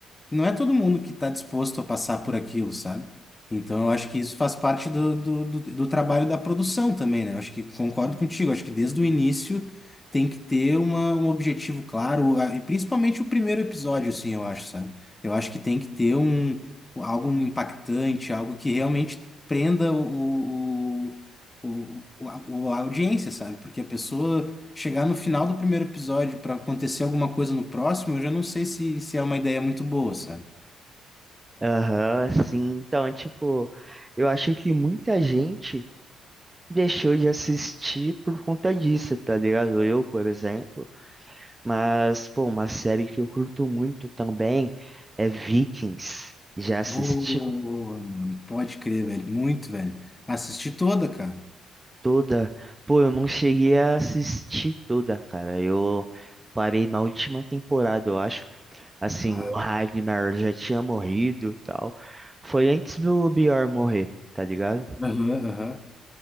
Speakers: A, on the left; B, on the right.
A: não é todo mundo que está disposto a passar por aquilo, sabe? Então, eu acho que isso faz parte do, do, do, do trabalho da produção também, né? Eu acho que concordo contigo. Acho que desde o início tem que ter uma, um objetivo claro, a- e principalmente o primeiro episódio, assim, eu acho, sabe? Eu acho que tem que ter um, algo impactante, algo que realmente prenda o, o, o, o, a, o- a audiência, sabe? Porque a pessoa chegar no final do primeiro episódio para acontecer alguma coisa no próximo, eu já não sei se, se é uma ideia muito boa, sabe?
B: Aham, sim, Então, é, tipo, eu acho que muita gente deixou de assistir por conta disso, tá ligado? Eu, por exemplo. Mas, pô, uma série que eu curto muito também é Vikings. Já assistiu
A: Boa, mano. Pode crer, velho. Muito, velho. Assisti toda, cara.
B: toda? Pô, eu não cheguei a assistir toda, cara. Eu parei na última temporada, eu acho. Assim,
A: Ah,
B: o Ragnar já tinha morrido e tal. Foi antes do Bjorn morrer, tá ligado?
A: Aham, aham.